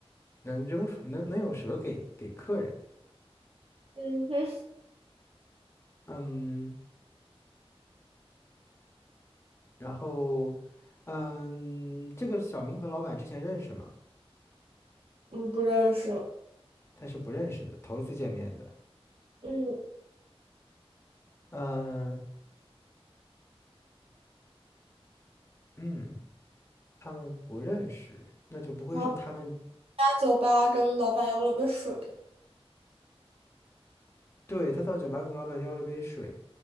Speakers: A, on the left; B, on the right.
A: 能扔出能能有蛇给给客人，
B: 嗯哼，
A: 嗯，然后嗯，这个小明和老板之前认识吗？
B: 嗯，不认识。
A: 他是不认识的，头一次见面的，
B: 嗯，
A: 嗯嗯，他们不认识，那就不会是他们。
B: 然后他酒吧跟老板要了杯水。
A: 对，他到酒吧跟老板要了杯水，